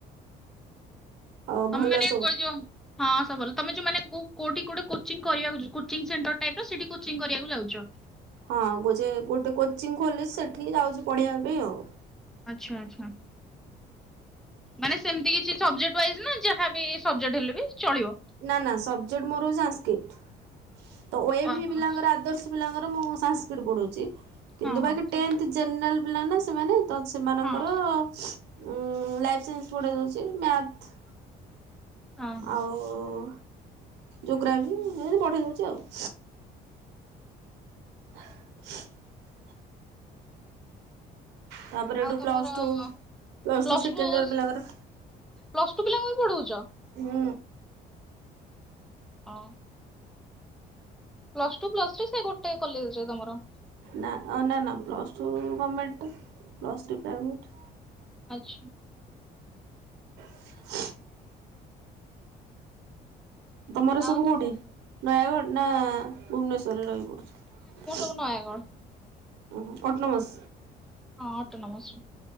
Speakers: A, on the right; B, in the centre.
A: ଆଉ ଭଲ
B: ତମେ ମାନେ
A: ସବୁ।
B: ଆଗ କହିଯାଅଁ। ହଁ ସବୁଭଲ ତମ ଯୋଉଁ ମାନେ କୋଉଁ କୋଉଁଠି କୋଚିଂ କରିବାକୁ କୋଚିଂ ସେଣ୍ଟର ଟା ସେଠି କୋଚିଂ କରିବାକୁ ଯାଉଛ।
A: ହଁ ଗୋଯେ ଗୋଟେ କୋଚିଂ ଖୋଲିଛି ସସେଠିକି ଯାଉଛି ପଢିବା ପାଇଁ ଆଉ।
B: ଆଚ୍ଛା ଆଚ୍ଛା। ମାନେ ସେମିତି କିଛି ସବଜେକ୍ଟ ୱାଇଜ ନାଁ ଯାହାବି ସବଜେକ୍ଟ ହେଲେ ବି ଚଳିବ।
A: ନାଁ ନାଁ ସବଜେକ୍ଟ ମୋର ହଉଛି ସାସଂସ୍କୃଡ଼ି ତ ୱାଫେ ହେଇଗଲା
B: ଓହୋ
A: ପିଲାଙ୍କର ଆଦର୍ଶ ପିଲାଙ୍କର ମୁଁ ସାସଂସ୍କୃଡ଼ି ପଢଉଛି
B: ହଁ
A: କିନ୍ତୁ
B: ହଁ
A: ବାକି ଟେନଥେ ଯେନ୍ରାଲ ପିଲା ନାଁ ସେମାନେ ତ ସେ ସେମାନଙ୍କର
B: ହଁ।
A: ସୁରଂ ଅଁ ଲାଇଫ୍ ସାଇନ୍ସ ପୁଢ଼େଇ ଦଉଛି। ମ୍ୟାଥ୍
B: ଅହଁ
A: ଆଉଁ ଯୋଗ୍ରାଫି ମୁଁ ପଢ଼େଇ ଦଉଛି ଆଉ। <inaudible> ତାପରେ ଏଠୁ
B: ଆଉ ତମର
A: plus two
B: ପ୍ଲସ
A: plus second
B: two
A: year
B: ସୁ
A: ପିଲାଙ୍କର
B: ପ୍ଲସ୍ ଟୁ ପିଲାଙ୍କୁ ବି ପଢଉଛ?
A: ହୁଁ।
B: ହଁ। ପ୍ଲସ ଟୁ ପ୍ଲସ ଥ୍ରୀ ସେଇ ଗୋଟେ କଲେଜରେ ତମର।
A: ନାଁ ନାଁ ଅନାଁ ନାଁ ନାଁ ମୋର plus two government plus three private.
B: ଆଚ୍ଛା।
A: <inaudible> ତମର
B: ଆଉ
A: ସବୁ କୋଉଠି
B: ତମ
A: ନୟାଗଡ ନା ଭୁବନେଶ୍ବରରେ ରହି ପଡୁଛି।
B: ମୁଁ ନୟାଗଡ।
A: ଓହୋ ଅଟୋନୋମସ?
B: ହଁ ଅଟୋନମସ୍ରେ।